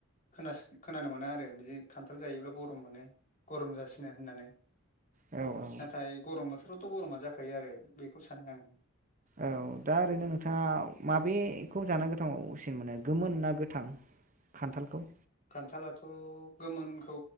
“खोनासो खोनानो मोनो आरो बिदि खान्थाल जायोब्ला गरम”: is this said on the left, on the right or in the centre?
Left